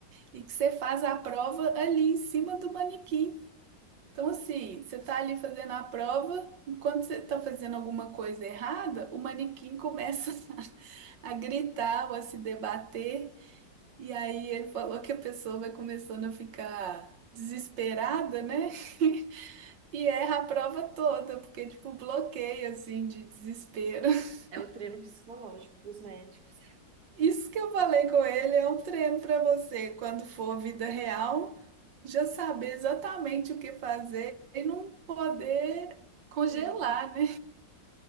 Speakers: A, on the right (about 70°); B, on the right (about 55°).
A: E que você faz a prova ali em cima do manequim. Então, assim, você tá ali fazendo a prova, enquanto você tá fazendo alguma coisa errada, o manequim começa <laughs> a gritar ou a se debater, e aí ele falou que a pessoa vai começando a ficar desesperada, né? <laughs> E erra a prova toda, porque, tipo, bloqueio, assim, de desespero. <laughs>
B: É o treino psicológico dos médicos.
A: Isso que eu falei com ele é um treino pra você, quando for vida real, já saber exatamente o que fazer e não poder congelar,
B: Hum,
A: né?